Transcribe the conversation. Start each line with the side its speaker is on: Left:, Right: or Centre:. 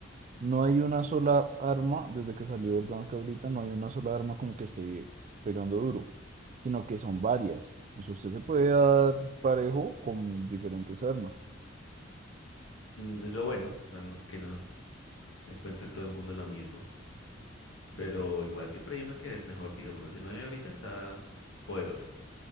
Right: no hay una sola arma, desde que salió el Danske ahorita, no hay una sola arma como que esté pegando duro, sino que son varias. O sea, usted se puede dar parejo con diferentes armas.
Left: Mm, Es lo bueno, para no- que no encuentre todo el mundo lo mismo, pero igual siempre hay una que es mejor, digamos, la C9 ahorita está poderosa.